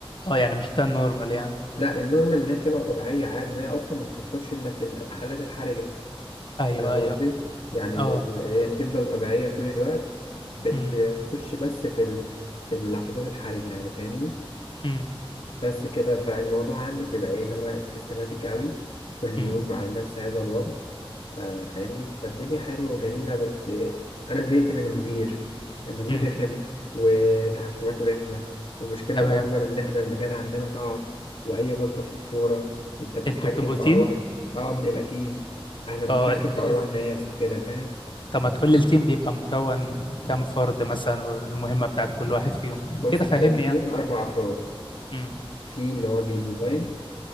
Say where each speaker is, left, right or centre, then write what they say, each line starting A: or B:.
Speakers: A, on the left; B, on the left.
A: اه يعني مش ده النورمال يعني
B: لا النورمال اللي هي تبقى طبيعية عادي وهي أصلا ما بتدخلش إلا في الحالات الحرجة
A: ايوه
B: فاهم
A: ايوه
B: قصدي؟ يعني ال-
A: اه
B: ال- هي بتفضل طبيعية طول الوقت بتخش
A: امم
B: بس في ال... في اللحظات الحرجة يعني فاهمني؟
A: امم
B: بس كده فالموضوع عندي بيبقى ايه اللي هو سيستماتيك قوي كل
A: امم
B: يوم على نفس هذا الوضع آه، فاهمني فالدنيا حلوة وجميلة بس آه، أنا زهقت من المدير المدير
A: امم
B: رخم وتحكماته رخمة والمشكلة
A: تمام
B: الأكبر إن إحنا المجال عندنا صعب وأي غلطة فيه فورة أنت بتتحكم
A: انتوا بتبقوا
B: في
A: تيم
B: أرواح أه بنبقى تيم إحنا بنتحكم
A: اه ب-
B: في أرواح ناس وكده فاهم
A: طب ما تقول لي التيم بيبقى مكون من كام فرد مثلا والمهمة بتاعت كل واحد فيهم
B: بص
A: كده
B: إحنا
A: فاهمني
B: التيم
A: يعني
B: أربع أفراد
A: امم
B: في اللي هو بيديزاين